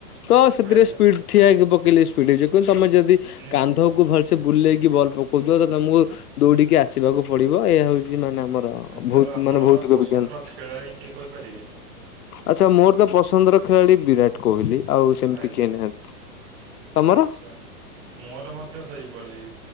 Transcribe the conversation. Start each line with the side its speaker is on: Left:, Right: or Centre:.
Left: ତ ସେଥିରେ
Right: ଆଜ୍ଞା
Left: ସ୍ପିଡ଼ ଠିଆହେଇକି ପକେଇଲେ ସ୍ପିଡ ଜେ କିନ୍ତୁ ତମେ ଯଦି
Right: ନିଶ୍ଚିନ୍ତ
Left: କାନ୍ଧକୁ ଭଲ ସେ ବୁଲେଇକି ବଲ୍ ପକଉଥିବା ତ ତମକୁ ଦୌଡିକି ଆସିବାକୁ ପଡିବ ଏହା ହେଉଛି ମାନେ ଆମର ତ
Right: ଆଚ୍ଛା
Left: ଭୌ
Right: ଆଉ ଆପଣଙ୍କ
Left: ମାନେ ଭୌତିକ
Right: ପସନ୍ଦର
Left: ବିଜ୍ଞାନ।
Right: ଖେଳାଳି କିଏ କହିପାରିବେ
Left: ଆଚ୍ଛା ମୋର ତ ପସନ୍ଦର ଖେଳାଳି ବିରାଟ କୋହଲି ଆଉ ସେମିତି
Right: ଆଜ୍ଞା
Left: କିଏ ନାହାନ୍ତି। ତମର
Right: ଆଚ୍ଛା। ମୋର ମଧ୍ୟ ସେଇପରିଛି